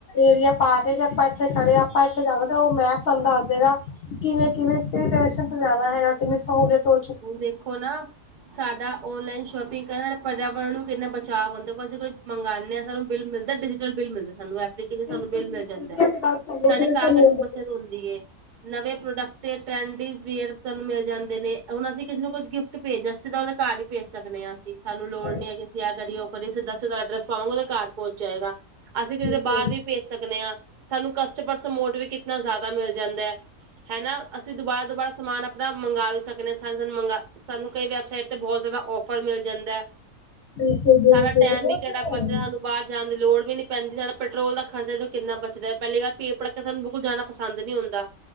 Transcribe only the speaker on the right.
ਹੁਣ ਦੇਖੋ ਨਾ ਸਾਡਾ ਔਨਲਾਈਨ ਸ਼ੋਪਿੰਗ ਕਰਨ ਪਰਿਆਵਰਨ ਨੂੰ ਕਿੰਨਾ ਬਚਾਵ ਆਉਂਦਾ ਅਸੀਂ ਕੋਈ ਮੰਗਾਨੇ ਆ ਸਾਨੂੰ ਬਿੱਲ ਮਿਲਦਾ ਡਿਜੀਟਲ ਬਿੱਲ ਮਿਲਦਾ ਸਾਨੂੰ ਐਪਲੀਕੇਸ਼ਨ ਸਾਨੂੰ
ਬਿੱਲ ਮਿਲ
ਜਾਂਦਾ,
ਸਾਡੇ
ਕਾਗਜ਼
ਦੀ ਬੱਚਤ ਹੁੰਦੀ ਏ ਨਵੇਂ ਪ੍ਰੋਡੈਕਟ ਜਾਂ ਟਰੈਂਡਜ ਦੀ ਹੈਲਪ ਤੁਹਾਨੂੰ ਮਿਲ ਜਾਂਦੇ ਨੇ। ਹੁਣ ਅਸੀਂ ਕਿਸੇ ਨੂੰ ਕੁੱਝ ਗਿਫਟ ਭੇਜਦੇ ਆ ਅਸੀਂ ਤਾਂ ਉਹਦੇ ਘਰ ਹੀ ਭੇਜ ਸਕਨੇ ਹਾਂ ਅਸੀਂ ਸਾਨੂੰ ਲੋੜ
ਨੀ ਹੈਗੀ ਕਿਆ ਕਰੀਏ ਓ ਕਰੀਏ ਸਿੱਧਾ-ਸਿੱਧਾ ਅਡਰੈਸ ਪਾਵਾਂਗੇ ਓਦੇ ਘਰ ਪੋਂਚ ਜਾਏਗਾ ਅਸੀ ਕਿਤੇ
ਬਾਰ ਵੀ ਭੇਜ ਸਕਨੇ ਆ ਸਾਨੂੰ ਕਸਟਪਰਸ ਮੋਟ ਵੀ ਕਿਤਨਾ ਜਾਦਾ ਮਿਲ ਜਾਂਦੈ। ਹੈਨਾ ਅਸੀਂ ਦੁਬਾਰਾ-ਦੁਬਾਰਾ ਸਮਾਨ ਆਪਣਾ ਮੰਗਾਂ ਵੀ ਸਕ ਨੇ ਸਾਨੂੰ-ਸਾਨੂੰ ਕਈ ਵੈਬਸਾਈਟ ਤੇ ਬੋਹ ਜਾਦਾ ਔਫਰ ਮਿਲ ਜਾਂਦੈ।
ਸਾਡਾ ਟੈਮ
ਵੀ ਕੇੜਾ
ਬਚਿਆ
ਸਾਨੂੰ ਬਾਰ ਜਾਣ ਦੀ ਲੋੜ ਵੀ ਨੀ ਪੈਂਦੀ ਸਾਡਾ ਪੈਟਰੋਲ ਦਾ ਖਰਚਾ ਦੇਖਲੋ ਕਿੰਨਾ ਬਚਦੈ ਪੈਲੀ ਗੱਲ ਭੀੜ ਭੜਕੇ ਸਾਨੂੰ ਬਿਲਕੁਲ ਜਾਣਾ ਪਸੰਦ ਨੂੰ ਹੁੰਦਾ